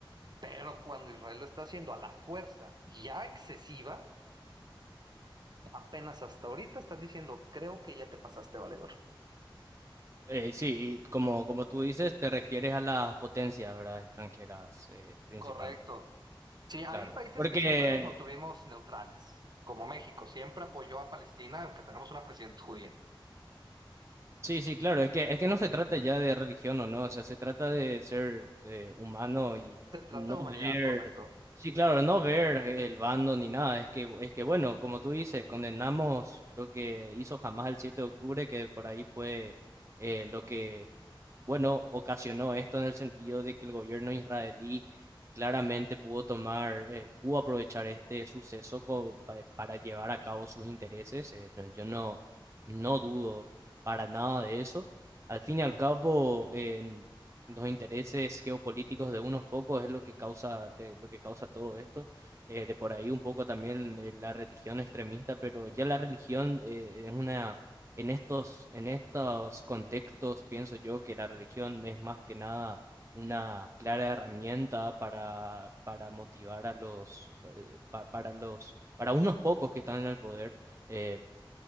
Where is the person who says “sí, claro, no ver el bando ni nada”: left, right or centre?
Right